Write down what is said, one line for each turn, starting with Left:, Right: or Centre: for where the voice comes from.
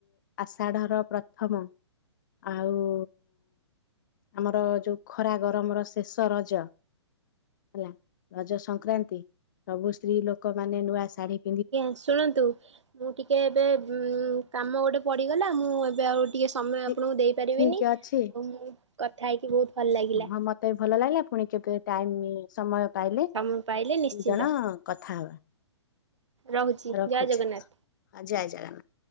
Left: ଆଷାଢର ପ୍ରଥମ ଆଉ ଆମର ଯୋଉ ଖରାଗରମର ଶେଷରଜ ହେଲା ରଜ ସଂକ୍ରାନ୍ତି ସବୁ ସ୍ତ୍ରୀଲୋକ ମାନେ ନୂଆଶାଢୀ
Right: ଆଜ୍ଞାଶୁଣନ୍ତୁ ମୁଁ ଟିକେଏବେ କାମଗୋଟେ ପଡିଗଲା ମୁଁ ଏବେ ଆଉ ଟିକେ ସମୟ
Left: ଠିକ
Right: ଆପଣଙ୍କୁ ଦେଇପାରିବିନି
Left: ଠିକ ଅଛି
Right: କଥା ହେଇକି ବହୁତ ଭଲ ଲାଗିଲା।
Left: ହଁ ମତେ ଭଲ ଲାଗିଲା ପୁଣି କେବେ ଟାଇମ୍ ସମୟ ପାଇଲେ
Right: ସମୟ ପାଇଲେ ନିଶ୍ଚିନ୍ତ।
Left: ଦିଜଣ କଥାହବା।
Right: ରହୁଛି
Left: ରଖୁଛି
Right: ଜୟ ଜଗନ୍ନାଥ।
Left: ଜୟ ଜଗନ୍ନାଥ।